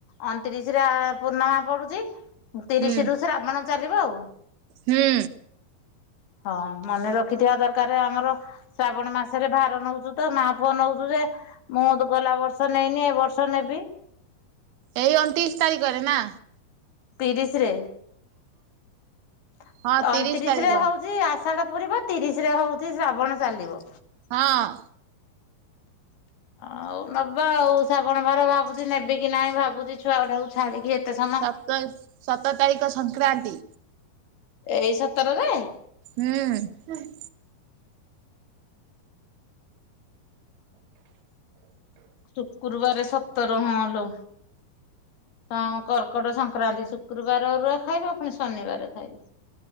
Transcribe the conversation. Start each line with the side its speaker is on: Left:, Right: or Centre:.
Left: ଅଣତିରିଶରେ ଆ ପୂର୍ଣ୍ଣମା ପଡୁଛି ତିରିଶ
Right: ହୁଁ
Left: ରୁ ଶ୍ରାବଣ ଚାଲିବ ଆଉ।
Right: ହୁଁ।
Left: ହଁ ମନେ ରଖିଥିବା ଦରକାର ଆମର। ଶ୍ରାବଣ ମାସରେ ଭାର ନଉଚୁ ତ ମା ପୁଅ ନଉଚୁ ଯେ ମୁଁ ଦୋ ଗଲା ବର୍ଷ ନେଇନି ଏ ବର୍ଷ ନେବି।
Right: ଏଇ ଅନ୍ତିସ୍ ତାରିଖରେ ନା।
Left: ତିରିଶ ରେ ତ
Right: ହଁ
Left: ଅଣତିରିଶ
Right: ତିରିଶ ତାରିଖ
Left: ରେ ହୋଉଚି ଆ ଆଷାଢ଼ ପୁରିବ ତିରିଶ ରେ ହଉଚି ଶ୍ରାବଣ ଚାଲିବ।
Right: ହଁ।
Left: ଆଉ ନବା ଆଉ ଷାବଣ ବାାର ଭାବୁଛି ନେବି କି ନାଇଁ ଭାବୁଚି ଛୁଆ ଟାକୁ ଛାଡ଼ିକି ଏତେ ସମୟ
Right: ସତ ସତର ତାରିଖ ତ ସଂକ୍ରାନ୍ତି।
Left: ଏଇ ସତରରେ
Right: ହୁଁ।
Left: ଶୁକୁରୁବାର ସତର ହଁଲୋ ହଁ କର୍କଟ ସଂ କ୍ରାନ୍ତି ଶୁକ୍ରୁବାରେ ଅରୁଆ ଖାଇବ ପୁଣି ଶନିବାର ଖାଇବ।